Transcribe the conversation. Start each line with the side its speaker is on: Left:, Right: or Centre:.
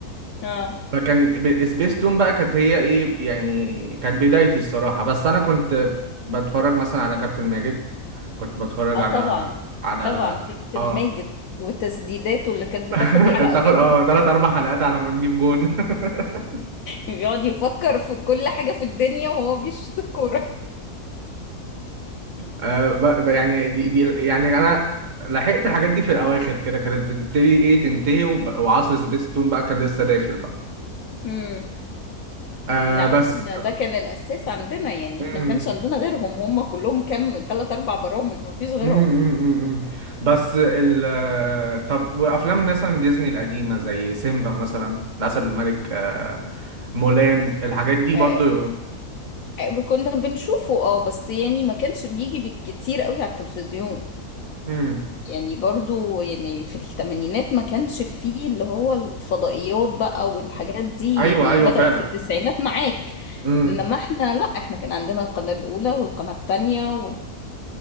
Left: اه
Right: فكان ب- سبيستون بقى كانت هي ايه يعني كانت بدايتي الصراحة بس انا كنت بتفرج مثلا على كابتن ماجد كنت بتفرج
Left: اه
Right: على
Left: طبعا
Right: على
Left: طبعا كابتن
Right: اه
Left: ماجد وتسديداته اللي كانت
Right: <laughs>
Left: بتاخد حلقه
Right: بتاخد
Left: كامله
Right: اه تلات اربع حلقات على ما نجيب جون <laughs>
Left: بيقعد يفكر في كل حاجة في الدنيا وهو بيشوط الكورة
Right: آه ب... ب... يعني دي... دي يعني انا لحقت الحاجات دي في الاواخر كده كانت بتبتدي ايه تنتهي وب... وعصر سبيستون بقى كان لسه داخل بقى
Left: امم
Right: آه
Left: لا احنا
Right: بس
Left: ده كان الأساس عندنا يعني
Right: مم.
Left: احنا ما كانش عندنا غيرهم هم كلهم كام تلات أربع برامج ما فيش غيرهم
Right: امم امم، امم، امم. بس ال آه، طب وافلام مثلا ديزني القديمه زي سيمبا مثلا الاسد الملك آه، مولان الحاجات دي برضو
Left: آه آه، كنا بنشوفه اه بس يعني ما كانش بيجي بالكتير قوي على التلفزيون
Right: امم
Left: يعني برضو يعني في الثمانينات ما كانش فيه اللي هو الفضائيات بقى والحاجات دي
Right: ايوه
Left: دي
Right: ايوه
Left: بدأت
Right: فعلا
Left: في التسعينات معاك
Right: امم
Left: انما احنا لا احنا كان عندنا القناة الأولى والقناة التانية